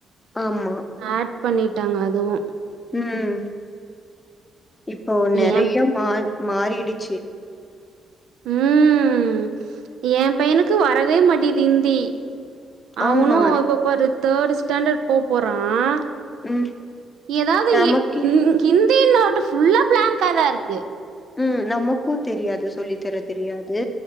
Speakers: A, on the left; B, on the right.
A: ஆமா
B: ஆட் பண்ணிட்டாங்க அதுவும்
A: உம், இப்போ நிறைய
B: ஏன்
A: மா மாறிடுச்சு
B: ம்ம் ஏன் பையனுக்கு வரவே மாட்டேக்குது ஹிந்தி அவுனும்
A: ஆமா.
B: இப்பபா தேர்டு ஸ்டாண்டர்ட் போ போறான்
A: ம்.
B: ஏதாவது
A: நமக்கு
B: இந் ஹிந்தி நோட்டு ஃபுல்லா பிளாங்காதான் இருக்கு
A: உம் நமக்கு தெரியாது சொல்லி தர தெரியாது